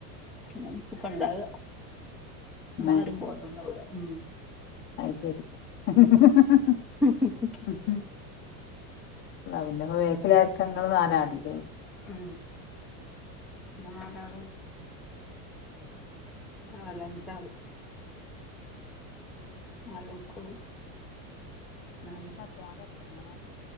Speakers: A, in the centre; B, on the left.
A: അങ്ങന ഇപ്പണ്ടാകാ
B: ഉമ്മേ
A: മാരും പോരല്ണ്ടാവൂല്ല ഉ
B: അഹ്‌ ശരിഹ്‌ ഹ്‌ ഹ്‌ ഹ്‌ ഹ്‌ ഹ്‌
A: ഉംഹ്‌ ഹ്‌ ഹ്‌
B: മ്മ് പിന്നെപ്പ ബേക്കിലആരാ ഇ രിക്ക ഇങ്ങള് നാല്
A: അ നാലാള് അല്ലഞ്ചാള്
B: നന്നായി
A: നാലക്കളും
B: വരട്ടെ.
A: ഞാനും
B: നാലാർഷങ്ങനെ